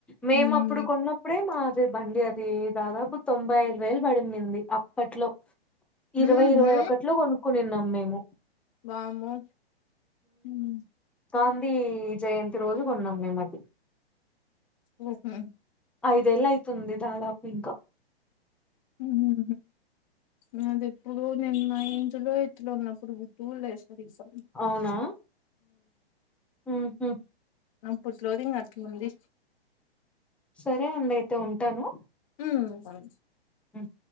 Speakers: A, in the centre; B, on the left.
A: మేము
B: హ్మ్
A: అప్పుడు కొన్న. అప్పుడే మాది బండి అది దాదాపు తొంభై యిదు వేలు పడిందింది అప్పట్లో. ఇరవై
B: హుహూ
A: ఇరవై ఒకటిలో కొనుక్కునిన్నాం మేము
B: వామ్మో హ్మ్.
A: గాంధీ జయంతి రోజు కొన్నాం మేము అది.
B: ఓ హ
A: ఐదేళ్ళ అయితుంది దాదాపు ఇంకా
B: ఉహు ఆ అది ఎప్పుడో నేను మా నైన్త్ లో ఎయిత్ లో ఉన్నప్పుడు <unintelligible>
A: అవునా ఉహు
B: అప్పుడు స్లోదింగ్ అట్ల ఉంది.
A: సరే అండి అయితే ఉంటాను
B: ఉ సం.
A: ఉహ్